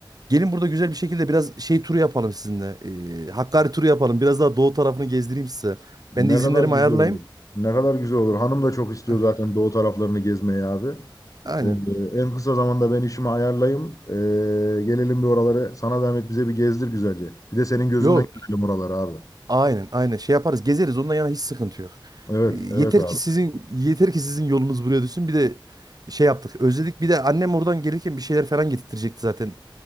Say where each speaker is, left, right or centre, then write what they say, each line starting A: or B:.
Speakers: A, on the right (about 50°); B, on the left (about 40°).
A: Gelin burada güzel bir şekilde biraz şey turu yapalım sizinle. Ee, Hakkari turu yapalım. Biraz daha doğu tarafını gezdireyim size.
B: Ne
A: Ben de izinlerimi
B: kadar güzel
A: ayarlayayım.
B: olur. Ne kadar güzel olur. Hanım da çok istiyor
A: <laughs>
B: zaten doğu taraflarını gezmeyi abi.
A: Aynen.
B: E, en kısa zamanda ben işimi ayarlayayım. E, gelelim bir oraları. Sana zahmet bize bir gezdir güzelce. Bir de senin gözünden
A: Yok.
B: görelim oraları abi.
A: Aynen aynen şey yaparız gezeriz ondan yana hiç sıkıntı yok.
B: Evet,
A: E, Yeter
B: evet abi.
A: ki sizin yeter ki sizin yolunuz buraya düşsün bir de şey yaptık özledik bir de annem oradan gelirken bir şeyler falan getirtecekti zaten.